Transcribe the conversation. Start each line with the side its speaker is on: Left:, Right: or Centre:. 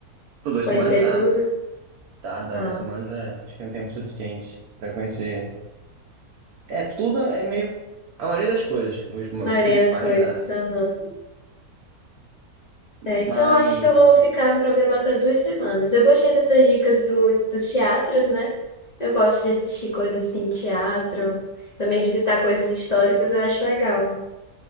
Right: Por duas
Left: Conhecer
Right: semanas dá.
Left: tudo?
Right: Tá, dá
Left: Ah,
Right: duas semanas
Left: a
Right: é, acho que é um tempo suficiente pra conhecer. É, tudo é meio. A maioria das coisas, os,
Left: maioria
Right: os principais
Left: das coisas.
Right: dá.
Left: Aham. É, então
Right: Mas.
Left: acho que eu vou ficar me programar para duas semanas. Eu gostei dessas dicas do, dos teatros, né? Eu gosto de assistir coisas assim, teatro, também visitar coisas históricas, eu acho legal.